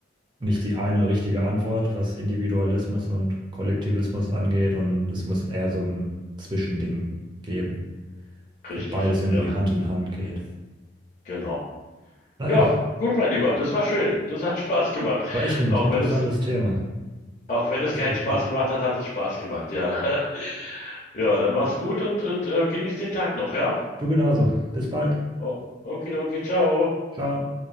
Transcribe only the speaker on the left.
Richtig,
ja,
genau.
Ja, gut, mein Lieber, das war schön. Das hat Spaß gemacht.
Auch
wenn es,
auch wenn
es keinen
Spaß gemacht hat, hat es Spaß gemacht, ja. <laughs> Ja, dann mach's gut und, und äh, genieß den Tag noch, ja?
O- Okidoki, ciao.